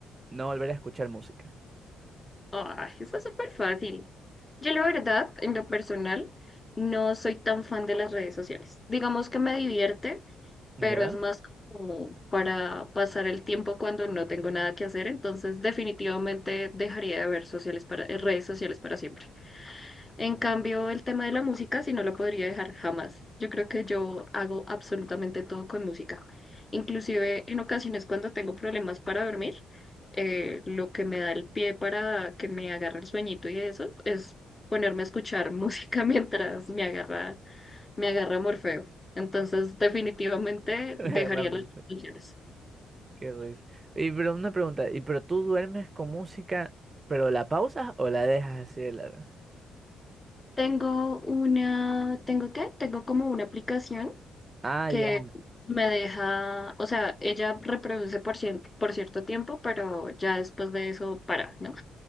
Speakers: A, on the right; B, on the left.
A: no volver a escuchar música.
B: Ay, eso es súper fácil. Yo, la verdad, en lo personal, no soy tan fan de las redes sociales. Digamos que me divierte,
A: ¿Ya?
B: pero es más como para pasar el tiempo cuando no tengo nada que hacer. Entonces, definitivamente dejaría de ver sociales para, eh, redes sociales para siempre. En
A: Ujú.
B: cambio, el tema de la música sí no lo podría dejar jamás. Yo creo que yo hago absolutamente todo con música. Inclusive en ocasiones cuando tengo problemas para dormir, eh, lo que me da el pie para que me agarre el sueñito y eso es ponerme a escuchar <laughs> música mientras me agarra, me agarra Morfeo. Entonces, definitivamente
A: <laughs> Realmente,
B: dejaría las canciones.
A: qué risa. Y pero una pregunta, ¿y pero tú duermes con música, pero la pausas o la dejas así de larga?
B: Tengo una, ¿tengo qué? Tengo como una aplicación
A: Ah,
B: que
A: ya.
B: me deja, o sea, ella reproduce por, cien- por cierto tiempo, pero ya después de eso para, ¿no?